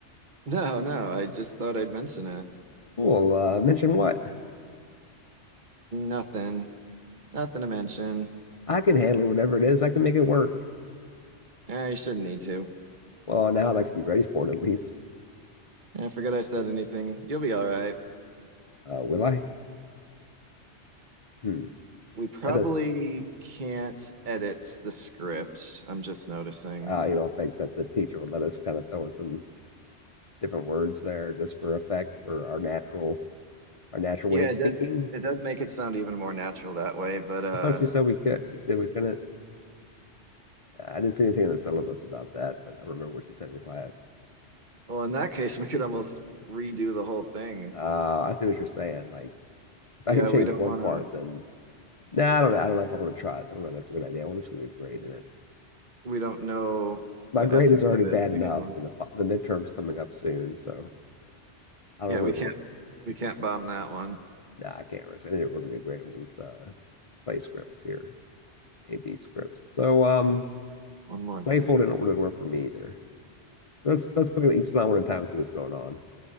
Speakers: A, on the right; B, on the left.
A: No, no, I just thought I'd mention it.
B: Cool. Uh, mention what?
A: Nothing. Nothing to mention.
B: I can handle it, whatever it is. I can make it work.
A: Eh, you shouldn't need to.
B: Well, now I'd like to be ready for it at least.
A: I forgot I said anything. You'll be all right.
B: Uh, will I? Hmm.
A: We probably
B: That doesn't work.
A: can't edit the script. I'm just noticing.
B: Uh, you don't think that the teacher would let us kind of throw in some different words there just for effect for our natural our natural
A: Yeah,
B: way of
A: it,
B: speaking?
A: do- it does make it sound even more natural that way. But, uh,
B: I thought she said we could. She said we couldn't. Uh, I didn't see anything in the syllabus about that, but I don't remember what she said in class.
A: well, in that case, we could almost redo the whole thing.
B: Uh, I see what you're saying. Like, if
A: Yeah,
B: I can change
A: we don't
B: one
A: want
B: part,
A: to,
B: then nah, I don't know. I don't know if I want to try it. I don't know if that's a good idea. I want to just get a grade in it.
A: we don't know
B: my
A: the
B: grade
A: essence
B: is already
A: of
B: bad
A: it to begin
B: enough,
A: with.
B: and the the midterm's coming up soon, so I don't
A: Yeah,
B: really
A: we can't,
B: want to.
A: we can't bomb that one.
B: Nah, I can't risk. I need a really good grade on these uh play scripts here, AB scripts. So um,
A: One more
B: playful
A: thing.
B: didn't really work for me either. So let's let's look at each line one at a time and see what's going on.